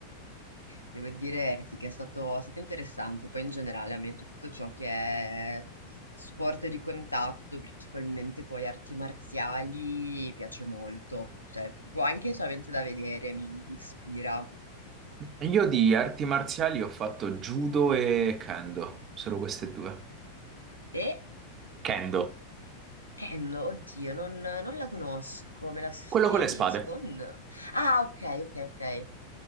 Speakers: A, on the left; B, on the right.
A: Devo dire sì che è stato, è stato interessante, poi in generale a me tutto ciò che è sport di contatto, principalmente poi arti marziali, piace molto, cioè proprio anche solamente da vedere mi, mi ispira.
B: Io di arti marziali ho fatto judo e kendo, solo queste due.
A: E
B: Kendo,
A: Ken, oddio, non, non la conosco, me la spieghi
B: quello con le spade,
A: un secondo? Ah, ok, ok, ok,